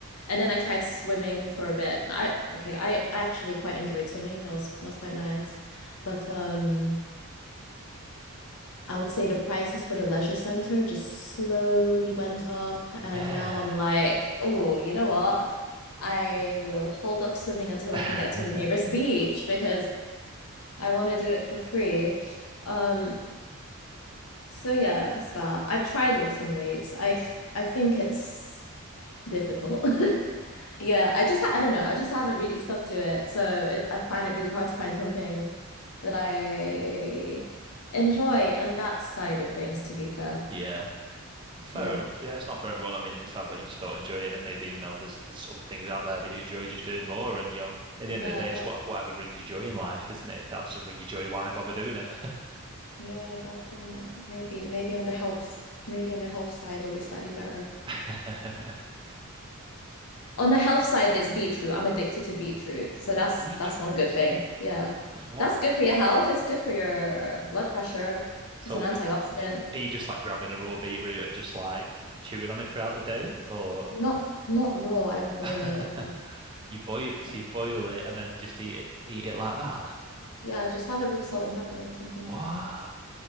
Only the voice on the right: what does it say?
Yeah.
<laughs>
Yeah. Fair
enough. Yeah, it's not for everyone. I mean, it sounds like you just don't enjoy it, and maybe you know there's there's other things out there that you enjoy just doing more. And you know, at the
end of the day,
it's what whatever brings you joy in life, isn't it? If that doesn't bring you joy, why bother doing it?
<laughs>
Beetroots?
What?
So,
are you just like grabbing a raw beetroot and just like chewing on it throughout the day, or
<laughs>
you boil? So
you boil it and then just eat it, eat it like that?
What?